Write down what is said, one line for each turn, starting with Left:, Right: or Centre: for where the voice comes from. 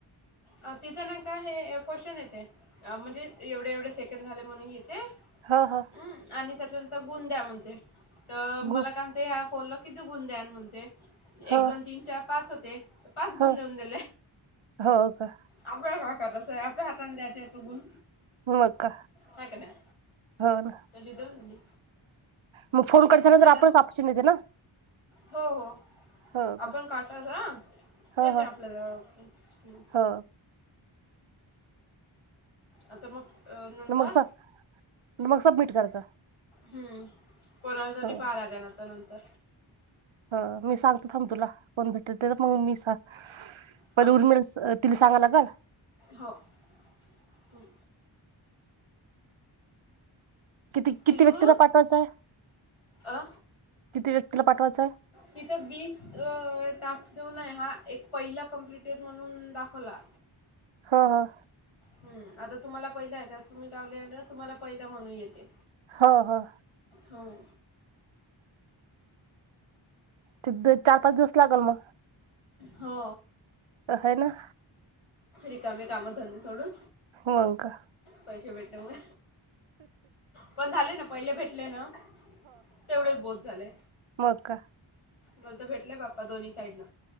Left: आ तिथं ना काय हे क्वेश्चन येते. म्हणजे एवढे एवढे सेकंड झाले म्हणून येते.
Right: हा हा
Left: हम्म आणि त्याच्यानंतर गुण द्या म्हणते. तर मला
Right: गु
Left: काय ते ह्या फोनला किती गुण द्याल. म्हणतेय एक,
Right: हो
Left: दोन, तीन, चार, पाच होते. पाच गुण
Right: हो
Left: देऊन दिले.
Right: हो का
Left: आपल्याला काय करायचं आहे. आपल्या हाताने द्यायचे आहेत. का गुण
Right: मग का
Left: हाय का नाय.
Right: हो ना
Left: जाऊन दिली.
Right: मग फोन करताना.
Left: आता
Right: जरा आपणच ऑप्शन येते. ना
Left: हो हो
Right: हो
Left: आपण
Right: का
Left: काटात ह
Right: हो
Left: येते.
Right: हो
Left: आपल्या जवळ ऑप्शन हम
Right: हो
Left: आता मग अ नंतर
Right: मग स- मग सबमिट करायचं
Left: हम्म कोणाला तरी
Right: हो
Left: पहायला लागेल ना आता नंतर
Right: ह मी सांगते थांब तुला कोण भेटल. ते तर मग मी सांग पहिले
Left: हो
Right: उर्मिला तिला सांगायला लागल.
Left: हो हम्म
Right: किती
Left: पिलू
Right: किती व्यक्तीला पाठवायचं आहे.
Left: अ
Right: किती व्यक्तीला पाठवायचं?
Left: तिथं वीस अ टास्क देऊन. हा एक पहिला कमप्लिटेड म्हणून दाखवला.
Right: हा हा
Left: हम्म आता तुम्हाला पहिला त्यात तुम्ही लावले ना तुम्हाला पहिला म्हणून येते.
Right: हो हो
Left: हो हम्म
Right: तब्येत चार, पाच दिवस लागल मग.
Left: हो
Right: हय ना
Left: रिकामे कामधंदे सोडून
Right: होंय का
Left: पैसे भेटते म्हणून पण झाले ना पहिले भेटले ना तेवढेच बोहोत झाले.
Right: मका
Left: मला तर भेटले बाप्पा दोन्ही साईडनं.